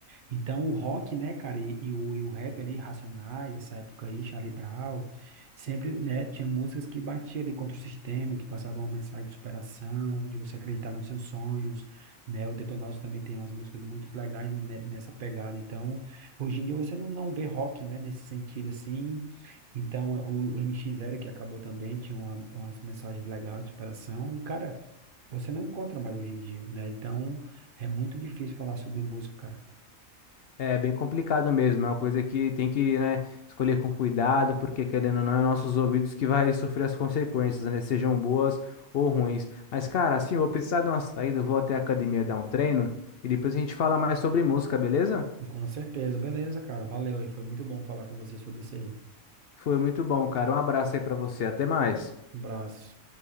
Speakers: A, on the right; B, on the left.
A: Então, o rock, né, cara, e, e o, e o rap ali, Racionais, essa época aí, Charlie Brown, sempre, né, tinha músicas que batiam ali contra o sistema, que passavam uma mensagem de superação, de você acreditar nos seus sonhos, né, o Detonautas também tem umas músicas muito legais ne- nessa pegada, então, hoje em dia você não, não vê rock, né, nesse sentido, assim, então, o NX Zero, que acabou também, tinha uma- umas mensagens legais de superação, e, cara, você não encontra mais hoje em dia, né, então, é muito difícil falar sobre música, cara.
B: É bem complicado mesmo, é uma coisa que tem que, né, escolher com cuidado, porque querendo ou não, é nossos ouvidos que vai sofrer as consequências, né? Sejam boas ou ruins. Mas, cara, assim, eu vou precisar de uma saída, eu vou até a academia dar um treino e depois a gente fala mais sobre música, beleza?
A: Com certeza. Beleza, cara. Valeu aí. Foi muito bom falar com você sobre isso aí.
B: Foi muito bom, cara. Um abraço aí pra você, até mais.
A: Um abraço.